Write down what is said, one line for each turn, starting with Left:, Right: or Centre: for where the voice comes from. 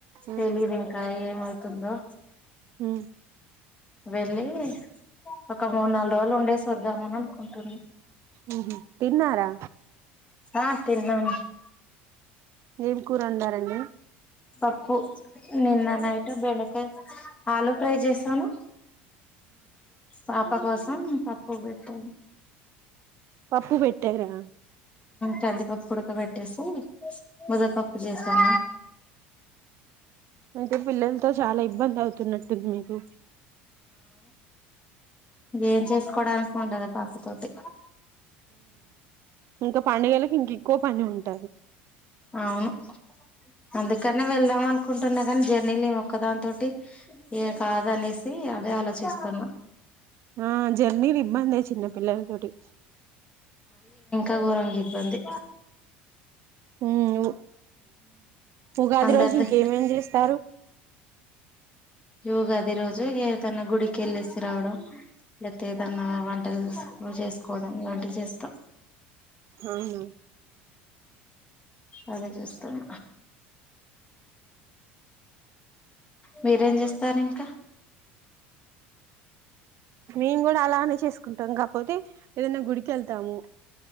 Right: ఉమ్
Left: తెలీదు ఇంకా ఏమవుతుందో
Right: ఉ
Left: వెళ్ళి ఒక మూన్ నాల్ రోజులు ఉండేసోద్దామనీ అనుకుంటున
Right: ఉహు తిన్నారా
Left: ఆ తిన్నాను
Right: ఏం కూర వండారండి
Left: పప్పు నిన్న నైట్ బెండకాయ ఆలు ఫ్రై చేశాను పాప కోసం పప్పు పెట్టాను
Right: పప్పు పెట్టారా
Left: కందిపప్పు ఉడక బెట్టేసి ముదపప్పు చేశాను
Right: ఐతే పిల్లలతో చాలా ఇబ్బంది అవుతున్నట్టుంది మీకు
Left: ఎమ్ చేసుకోడానికి ఉండదు పాపతోటి
Right: ఇంక పండగలకి ఇంక ఎక్కువ పని ఉంటది
Left: అవును అందుకనే వెళ్దాం అనుకుంటున్నా కానీ జర్నీలో ఈమె ఒక్కదాని తోటి ఈ కాద అనేసి అదే ఆలోచిస్తున్నా
Right: ఆ జర్నీ ఇబందే చిన్న పిల్లలతోటి
Left: గోరంగా ఇబంది
Right: ఉమ్ ఉగాది
Left: అందరిదీ
Right: రోజు ఇంకేమేం చేస్తారు
Left: యుగాది రోజు ఏదన్నా గుడికెళ్ళేసి రావడం లెప్తే ఏదన్నా వంటల్స్ ను చేసుకోడం ఇలాంటివి చేస్తా
Right: అవునా,
Left: అదే చూస్తున్న మీరేం సరి ఇంకా
Right: మేము కూడా అలానే చేసుకుంటాం గాపోతే ఏదన్న గుడికేళ్తాము